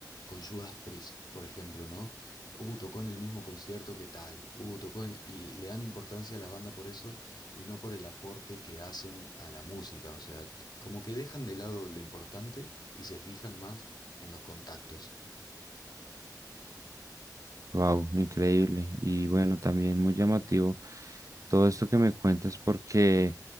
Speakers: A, on the left (about 75°); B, on the right (about 50°).
A: con Judas Priest, por ejemplo, ¿no? Uh, tocó en el mismo concierto que tal. Uh, tocó en... Y le dan importancia a las bandas por eso y no por el aporte que hacen a la música. O sea, como que dejan de lado lo importante y se fijan más en los contactos.
B: Wow, increíble. Y bueno, también muy llamativo todo esto que me cuentas, porque